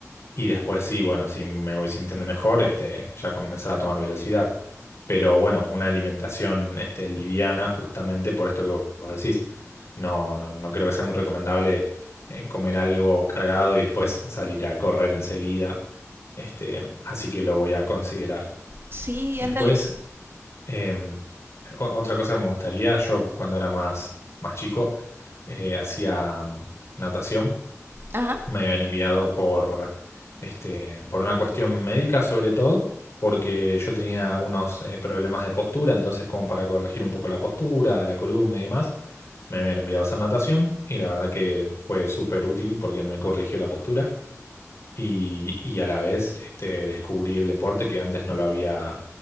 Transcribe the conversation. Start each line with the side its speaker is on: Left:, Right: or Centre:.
Left: Y después sí, bueno, si me voy sintiendo mejor, este, ya comenzar a tomar velocidad. Pero bueno, una alimentación este, liviana justamente por esto que vos vos decís. No, no, no creo que sea muy recomendable eh, comer algo cargado y después salir a correr enseguida. Este, así que lo voy a considerar.
Right: Sí,
Left: Después,
Right: ándale.
Left: em, o- otra cosa que me gustaría, yo cuando era más, más chico, eh, hacía mm, natación
Right: Ajá.
Left: me habían enviado por, este, por una cuestión médica sobre todo, porque yo tenía algunos eh, problemas de postura, entonces como para corregir un poco la postura, la columna y demás, me habían enviado a hacer natación y la verdad que fue súper útil porque me corrigió la postura y, y a la vez este, descubrí el deporte que antes no lo había,